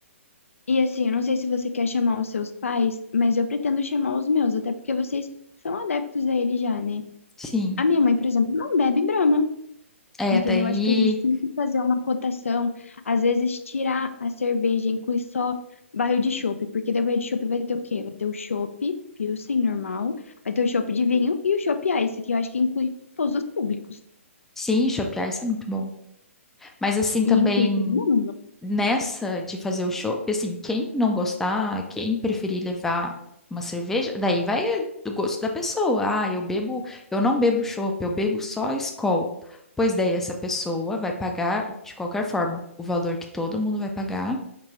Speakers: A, on the left; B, in the centre.
A: E assim, eu não sei se você quer chamar os seus pais, mas eu pretendo chamar os meus, até porque vocês são adeptos a ele já, né?
B: Sim.
A: A minha mãe, por exemplo, não bebe Brahma.
B: É,
A: Entendeu?
B: daí,
A: Acho que a gente tem que fazer uma cotação, às vezes tirar a cerveja, inclui só barril de chopp, porque daí o barril de chopp vai ter o quê? Vai ter o chopp Pilsen normal, vai ter o chopp de vinho e o chopp Ice, que eu acho que inclui todos os públicos
B: sim, chopear, isso é muito bom. Mas assim também
A: e inclui todo mundo.
B: nessa de fazer o chopp, assim, quem não gostar, quem preferir levar uma cerveja, daí vai do gosto da pessoa. Ah, eu bebo, eu não bebo chopp, eu bebo só Skol. Pois daí essa pessoa vai pagar de qualquer forma o valor que todo mundo vai pagar